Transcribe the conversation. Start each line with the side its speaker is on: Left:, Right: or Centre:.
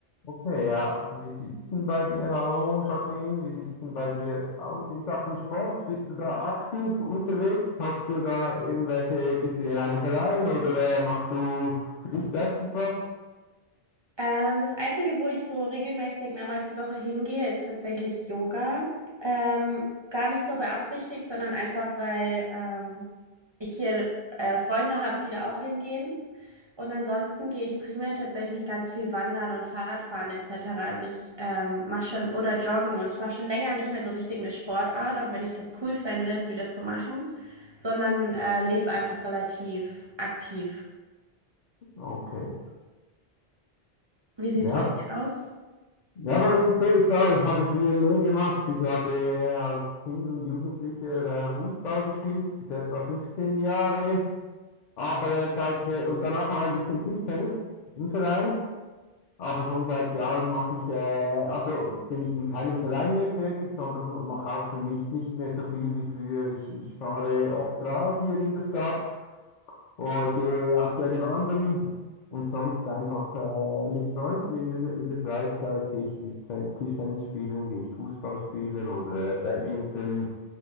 Left: Okay, ja. Wie sieht's denn bei dir? Hallo Jacqueline, wie sieht's denn bei dir aus in Sachen Sport? Bist du da aktiv unterwegs? Hast du da irgendwelche, bist du in einem Verein oder äh, machst du für dich selbst etwas?
Right: Ähm, das Einzige, wo ich so regelmäßig mehrmals die Woche hingehe, ist tatsächlich Yoga. Ähm, gar nicht so beabsichtigt, sondern einfach, weil ähm, ich hier äh, Freunde habe, die da auch hingehen. Und ansonsten gehe ich primär tatsächlich ganz viel wandern und Fahrradfahren etc. Also ich ähm, mache schon oder joggen und ich mache schon länger nicht mehr so richtig eine Sportart, auch wenn ich das cool fände, es wieder zu machen, sondern äh, lebe einfach relativ aktiv.
Left: Okay,
Right: Wie sieht's
Left: ja.
Right: bei dir aus?
Left: Ja, bei mir ist es auch, ich habe früher mehr gemacht. Ich habe äh, als Kind und Jugendlicher äh, Fußball gespielt, bis etwa 15 Jahre. Aber äh, seit, äh, und danach noch ein bisschen Tischtennis im Verein. Aber schon seit Jahren mache ich, äh, also bin ich in keinem Verein mehr tätig, sondern mache auch für mich nicht mehr so viel wie früher. Ich, ich fahre oft Rad hier in der Stadt oder gehe auch gerne wandern und sonst einfach äh, mit Freunden in, den, in der Freizeit gehe ich Tischten- Tischtennis spielen, gehe ich Fußball spielen oder äh, Badminton.